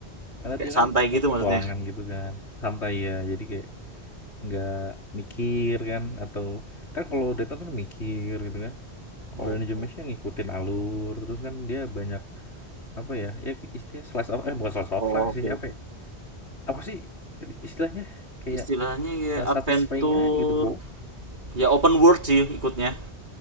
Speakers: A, on the left (about 85°); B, on the right (about 45°).
A: Karena
B: kayak
A: dia
B: santai
A: kan eh,
B: gitu
A: petualangan
B: maksudnya
A: gitu kan, santai ya. Jadi kayak nggak mikir kan atau kan kalau Dota tuh mikir gitu kan. Kalau
B: oh
A: Dungeon
B: oh
A: Meshi yang ngikutin alur terus kan dia banyak apa ya? Ya istilahnya slice of eh bukan slice of
B: Oh,
A: life
B: oke
A: sih apa
B: oke
A: ya? Apa sih istilahnya kayak
B: istilahnya ya
A: eh,
B: adventure
A: satisfying aja gitu bro.
B: ya open world sih ikutnya